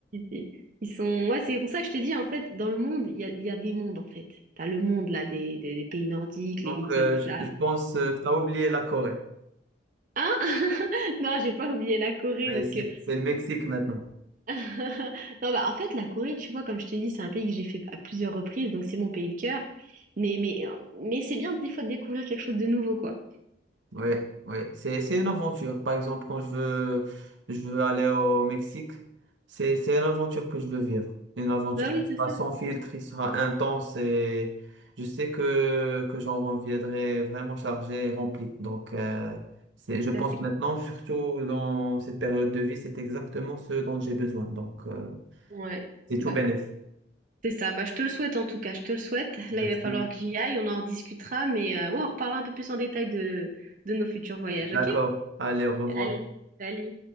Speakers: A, on the right; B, on the right.
A: Ils ils sont... Ouais, c'est pour ça que je te dis, en fait, dans le monde, il y a, il y a des mondes, en fait. T'as le monde, là, des, des- des pays nordiques,
B: Donc,
A: les Vikings,
B: euh,
A: tout
B: je,
A: ça
B: je pense euh, que tu as oublié la Corée.
A: Hein? <laughs> Non, j'ai pas oublié la Corée,
B: Ouais,
A: parce
B: c'est
A: que...
B: c'est le Mexique maintenant.
A: <laughs> Non, bah, en fait, la Corée, tu vois, comme je t'ai dit, c'est un pays que j'ai fait à plusieurs reprises, donc c'est mon pays de cœur. Mais, mais, euh, mais c'est bien, des fois, de découvrir quelque chose de nouveau, quoi.
B: Oui, oui. C'est, c'est une aventure. Par exemple, quand je veux, je veux aller au Mexique, c'est, c'est une aventure que je veux vivre. Une aventure
A: Bah oui,
B: qui
A: c'est
B: sera
A: ça.
B: sans filtre, qui sera intense et je sais que, que j'en reviendrai vraiment chargé et rempli. Donc, euh, c'est, je
A: C'est
B: pense
A: ça, c'est...
B: maintenant, surtout dans cette période de vie, c'est exactement ce dont j'ai besoin. Donc, euh,
A: Ouais.
B: c'est tout
A: Bah,
B: bénéf.
A: c'est ça. Bah, je te le souhaite, en tout cas. Je te le souhaite. Là,
B: Merci.
A: il va falloir que j'y aille, on en rediscutera, mais euh, ouais, on reparlera un peu plus en détail de, de nos futurs voyages,
B: D'accord.
A: ok?
B: Allez, au revoir.
A: Allez, salut.